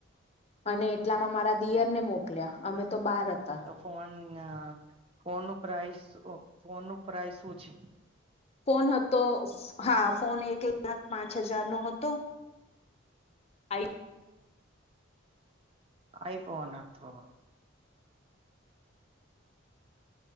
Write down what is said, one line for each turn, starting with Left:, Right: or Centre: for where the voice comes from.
Left: અને એટલામાં મારા દિયરને મોકલ્યા અમે તો બાર હતા
Right: તો ફોન ફોન નું પ્રાઇસ ફોનનું પ્રાઇસ ઓછી
Left: ફોન હતો હા ફોન એક લાખ પાંચ હજારનો હતો આઈ
Right: આઈફોન હતો